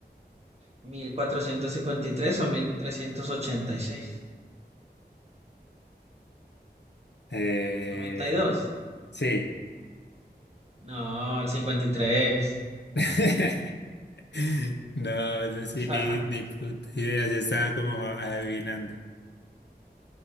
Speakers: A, on the right; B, on the left.
A: mil cuatrocientos cincuenta y tres o mil trescientos ochenta y seis.
B: Eh,
A: Noventa y dos.
B: sí.
A: No, el 53.
B: <laughs> No, eso sí, ni,
A: Ajá. <laughs>
B: ni puta idea, yo estaba como adivinando.